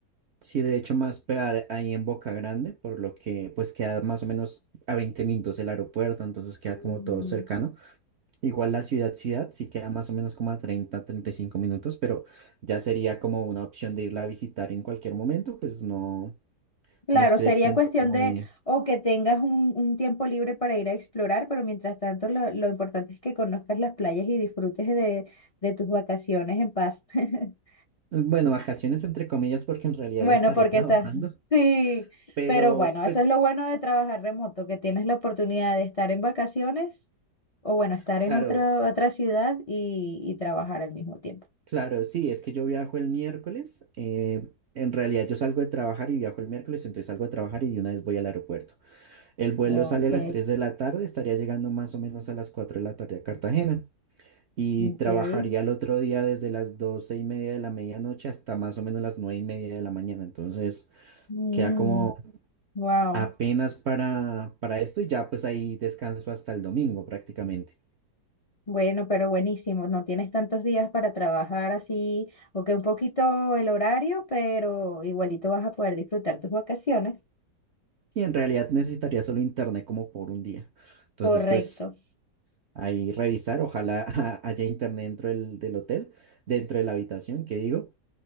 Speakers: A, on the right; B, on the left.
A: Sí, de hecho, más pegar ahí en Boca Grande, por lo que pues queda más o menos a 20 minutos el aeropuerto, entonces queda
B: Mm,
A: como todo cercano. Igual la ciudad, ciudad, sí queda más o menos como a treinta treinta y cinco minutos, pero ya sería como una opción de irla a visitar en cualquier momento, pues no,
B: Claro,
A: no estoy
B: sería
A: exento
B: cuestión
A: como
B: de
A: de,
B: o que tengas un, un tiempo libre para ir a explorar, pero mientras tanto lo, lo importante es que conozcas las playas y disfrutes de, de tus vacaciones en paz. <laughs>
A: bueno, vacaciones entre comillas, porque en realidad
B: Bueno,
A: estaré
B: porque
A: <laughs> trabajando,
B: estás, sí,
A: pero
B: pero bueno,
A: pues
B: eso es lo bueno de trabajar remoto, que tienes la oportunidad de estar en vacaciones o bueno, estar
A: claro,
B: en otra otra ciudad y, y trabajar al mismo tiempo.
A: Claro, sí, es que yo viajo el miércoles. eh, en realidad yo salgo de trabajar y viajo el miércoles, entonces salgo de trabajar y de una vez voy al aeropuerto. El vuelo
B: Ok,
A: sale a las 3 de la tarde, estaría llegando más o menos a las 4 de la tarde a Cartagena y
B: ok.
A: trabajaría el otro día desde las 12 y media de la medianoche hasta más o menos las 9 y media de la mañana. Entonces
B: Mm,
A: queda como
B: wow.
A: apenas para, para esto y ya pues ahí descanso hasta el domingo prácticamente.
B: Bueno, pero buenísimo. No tienes tantos días para trabajar así, o que un poquito el horario, pero igualito vas a poder disfrutar tus vacaciones.
A: Y en realidad necesitaría solo internet como por un día. Entonces
B: Correcto.
A: pues... ahí revisar, ojalá <laughs> haya internet dentro del, del hotel, dentro de la habitación, que digo,